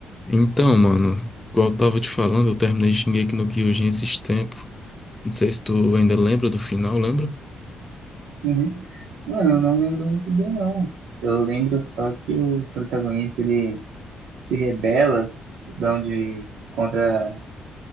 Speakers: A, on the left; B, on the right.
A: Então, mano, igual eu tava te falando, eu terminei Shingeki no Kyojin esses tempos. Não sei se tu ainda lembra do final, lembra?
B: Uhum. Mano, eu não lembro muito bem, não. Eu lembro só que o protagonista, ele se rebela de onde, contra